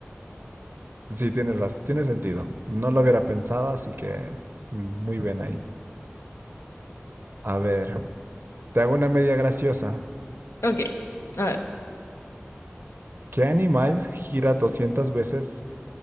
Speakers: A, on the right; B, on the left.
A: Sí, tienes razón, tiene sentido. No lo hubiera pensado, así que muy bien ahí. A ver, te hago una media graciosa.
B: Ok, a ver.
A: ¿Qué animal gira 200 veces